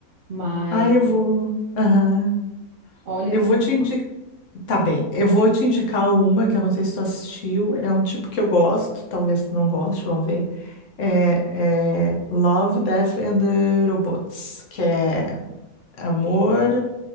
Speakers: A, on the right; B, on the left.
A: mas
B: Ah, eu vou. Aham.
A: olha
B: Eu
A: que tu
B: vou
A: vai gostar.
B: te indicar. Tá bem, eu vou te indicar uma que eu não sei se tu assistiu, é um tipo que eu gosto, talvez tu não goste, vamos ver. É, é Love, Death and the Robots, que é amor,